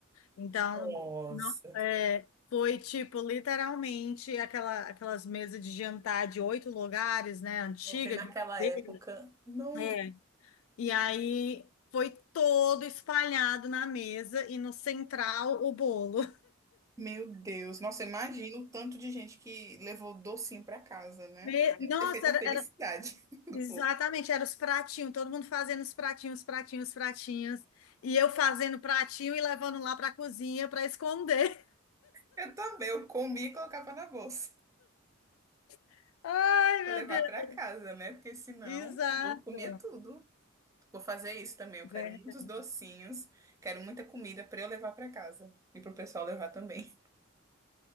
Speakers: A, on the left (about 80°); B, on the right (about 15°).
A: Então,
B: Nossa,
A: não- é, foi tipo, literalmente, aquela, aquelas mesas de jantar de oito lugares, né? Antiga,
B: você naquela
A: de madeira.
B: época, não,
A: É, E aí foi todo espalhado na mesa e no central o bolo.
B: meu Deus, nossa, imagina o tanto de gente que levou docinho para casa, né?
A: E,
B: Deve
A: nossa,
B: ter feito a
A: era,
B: felicidade
A: era-
B: <laughs> do
A: exatamente,
B: povo.
A: era os pratinhos, todo mundo fazendo os pratinhos, pratinhos, pratinhos. E eu fazendo pratinho e levando lá para a cozinha para esconder.
B: Eu também, eu comia e colocava na bolsa.
A: <laughs> Ai,
B: Pra
A: meu
B: levar
A: Deus.
B: pra casa, né? Porque senão
A: Exato.
B: eu vou comer tudo. Vou fazer isso também. Eu
A: Verdade.
B: quero muitos docinhos, quero muita comida pra eu levar pra casa e pro pessoal levar também.